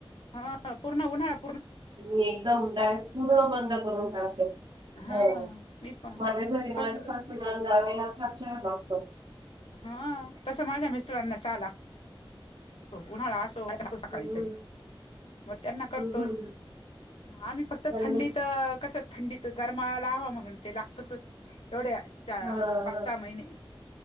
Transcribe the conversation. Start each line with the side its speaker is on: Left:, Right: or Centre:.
Left: हा पूर्ण उन्हाळ्यात,
Right: मी एकदम उन्हाळ्यात पूर्ण बंद करून टाकते.
Left: हा
Right: ह
Left: मी पण
Right: माझ्या घरीवारी
Left: फक्त
Right: सासूनंदा आम्ही नकारच्या लागतो <inaudible>
Left: हा तसं माझ्या मिस्टरांना चहा लागतो. उन्हाळा असो सांगतो सकाळी
Right: हम्म.
Left: तरी मग त्यांना करतो.
Right: हम्म.
Left: आम्ही फक्त
Right: त्यांनी
Left: थंडीत कसं थंडी तर गरमायला हववा म्हणून ते लागतातच एवढे च पाच
Right: हा हा
Left: सहा महिने.